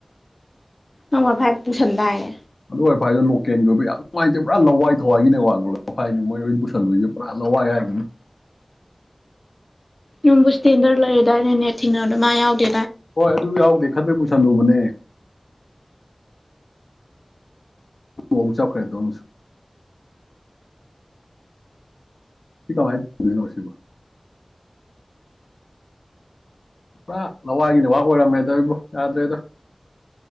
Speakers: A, on the left (about 45°); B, on the left (about 80°).
A: ꯑꯉ ꯐꯥꯏ ꯄꯨꯁꯟꯗꯑꯦ
B: ꯑꯗꯨꯣꯏꯐꯥꯏꯗꯣ ꯂꯣꯀꯦꯜꯒꯤꯕ ꯌꯥꯝ ꯉꯥꯏꯇꯦ ꯄꯨꯔꯥ ꯂꯋꯥꯏ ꯊꯋꯥꯏꯒꯤꯅꯦ ꯋꯥ ꯍꯥꯏꯅꯤ ꯃꯣꯏ ꯑꯣꯏꯅ ꯄꯨꯁꯤꯜꯂꯣꯏꯁꯦ ꯄꯨꯔꯥ ꯂꯋꯥꯏ ꯍꯥꯏ <inaudible>
A: ꯅꯅꯨꯡꯕꯨ ꯁ꯭ꯇꯦꯟꯗꯔ ꯂꯩꯔꯦꯗꯥꯏꯩꯅꯅꯦꯠ ꯊꯤꯡꯅꯕꯗ ꯃꯥ ꯌꯥꯎꯗꯦ
B: ꯍꯣꯏ ꯑꯗꯨ ꯌꯥꯎꯗꯦ ꯈꯟꯕꯩ ꯄꯨꯁꯜꯂꯨꯕꯅꯦ ꯅ ꯑꯃꯨꯛ ꯆꯥꯎꯈ꯭ꯔꯦꯗꯣꯨ ꯁꯤ ꯀꯃꯥꯏꯅ ꯇꯧꯗꯣꯏꯅꯣ ꯁꯤꯕ ꯄꯨꯔꯥ ꯂꯋꯥꯏꯒꯤ ꯅꯋꯥ ꯑꯣꯏꯔꯝꯃꯦꯗꯕꯨ ꯌꯥꯗ꯭ꯔꯦꯗ